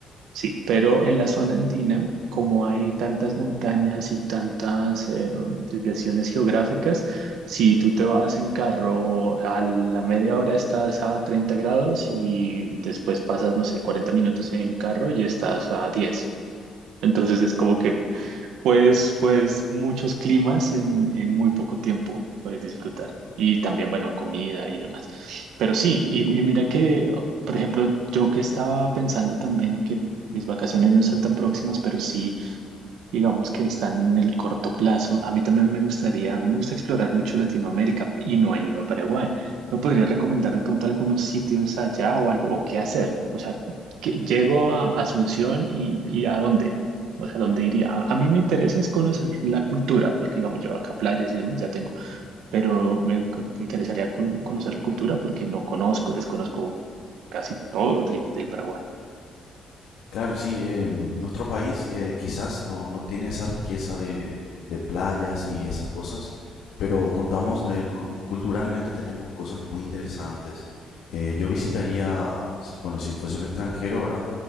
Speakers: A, on the right; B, on the left.
A: sí, pero en la zona andina, como hay tantas montañas y tantas eh, desviaciones geográficas, si tú te vas en carro a la media hora estás a 30 grados y después pasas, no sé, 40 minutos en carro y estás a 10. Entonces es como que puedes, pues muchos climas en, en muy poco tiempo puedes disfrutar. Y también, bueno, comida y demás. Pero sí, y, y mira que, por ejemplo, yo que estaba pensando también que mis vacaciones no están tan próximas, pero sí digamos que están en el corto plazo. A mí también me gustaría, me gusta explorar mucho Latinoamérica y no he ido a Paraguay. ¿Me podrías recomendar de pronto algunos sitios allá o algo, o qué hacer? O sea, que llego a Asunción y, y a dónde? O sea, ¿dónde iría? A, a mí me interesa es conocer la cultura, porque digamos, yo acá playas y demás ya tengo, pero me co- interesaría col- conocer la cultura porque no conozco, desconozco casi todo de- del Paraguay.
B: Claro, sí, em, nuestro país eh, quizás no, no tiene esa riqueza de, de playas y esas cosas, pero contamos eh, con, culturalmente tenemos cosas muy interesantes. Eh, yo visitaría, si- bueno, si fuese un extranjero, ¿verdad?